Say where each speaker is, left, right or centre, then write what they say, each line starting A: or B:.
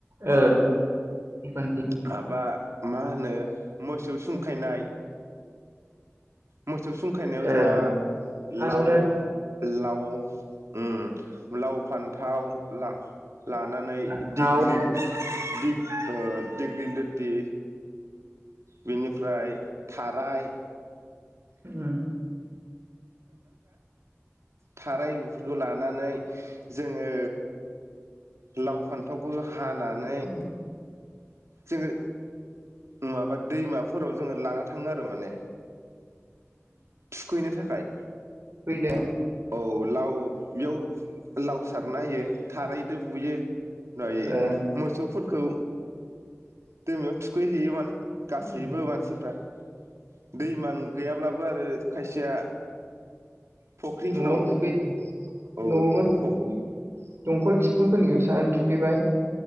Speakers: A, on the right (about 60°); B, on the right (about 80°).
A: ओ संक्रान्तिनि
B: माबा मा होनो मोसौ खायनाय मोसौ सुंखायनायाव जोंहा
A: ओ फार्स्टआवनो
B: लाव लाव ओ लाव फान्थाव ला लानानै
A: फान्थाव
B: दिग्लि दिप ओ दोगिलोथि बेनिफ्राय थाराय
A: उम
B: थाराय बेफोरखौ लानानै जोङो लाव फान्थावखौ हानानै
A: उम
B: जोङो माबा दैमाफोराव जोङो लाना थाङो आरो माने थुखैनो थाखाय
A: थुखैनो
B: औ लाव बेयाव लाव सारना होयो थाराइजों बुयो। दायो
A: ओ
B: मोसौफोर खौे दैमायाव थु खैहैयो माने। गासैबो
A: उम
B: मानसिफ्रा दैमा गैयाब्लाबो आरो खायसेया फुख्रिफोराव
A: न'आव थुखैयो
B: औ
A: नवावबो
B: फख
A: दंखल थिफुलफोरनिखौबो सानानै थुखैबाय।